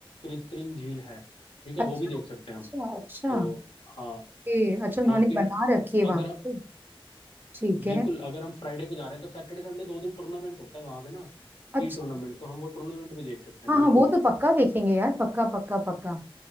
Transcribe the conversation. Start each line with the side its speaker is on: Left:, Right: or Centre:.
Left: कृत्रिम झील है ठीक है
Right: अच्छा
Left: वो भी देख
Right: अच्छा
Left: सकते हैं हम
Right: अच्छा
Left: तो हाँ
Right: ओके अच्छा उन्होंने
Left: और फिर
Right: बना रखी है वहां
Left: अगर
Right: पे ठीक
Left: बिल्कुल
Right: है
Left: अगर हम फ्राइडे को जा रहे हैं तो सैटरडे संडे दो दिन टूर्नामेंट होता है वहां पे ना स्की
Right: अच्छा
Left: टूर्नामेंट तो हम वो टूर्नामेंट भी देख सकते हैं
Right: हाँ
Left: बिल्कुल
Right: हाँ वो तो पक्का देखेंगे यार पक्का पक्का पक्का